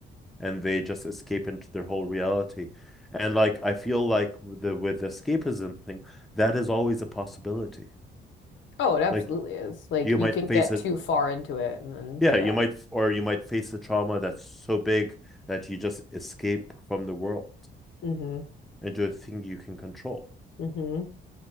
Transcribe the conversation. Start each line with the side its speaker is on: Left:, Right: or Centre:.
Centre: and they just escape into their whole reality. And like I feel like the with the escapism thing, that is always a possibility.
Left: Oh, it absolutely
Centre: Like
Left: is. Like
Centre: you
Left: you
Centre: might
Left: can
Centre: face
Left: get
Centre: it,
Left: too far into it and then
Centre: yeah,
Left: yeah.
Centre: you might or you might face a trauma that's so big that you just escape from the world
Left: Mm-hmm.
Centre: into a thing you can control.
Left: Mm-hmm.